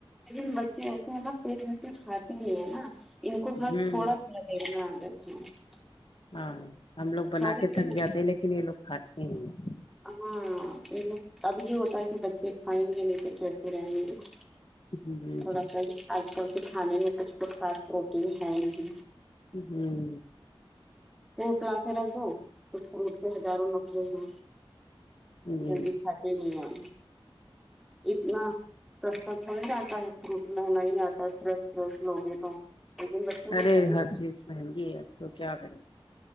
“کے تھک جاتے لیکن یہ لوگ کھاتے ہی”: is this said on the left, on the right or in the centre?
Left